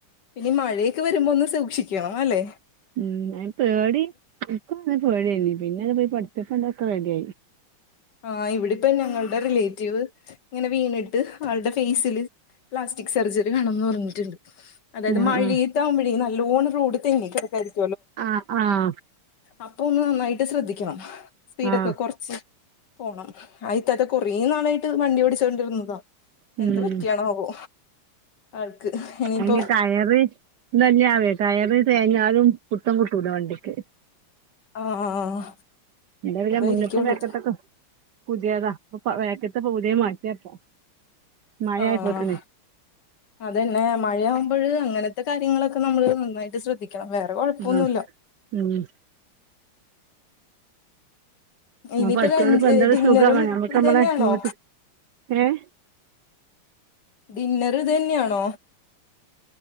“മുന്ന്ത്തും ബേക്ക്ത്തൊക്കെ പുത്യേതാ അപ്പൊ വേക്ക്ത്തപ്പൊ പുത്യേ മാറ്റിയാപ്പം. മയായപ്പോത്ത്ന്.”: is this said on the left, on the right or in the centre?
Right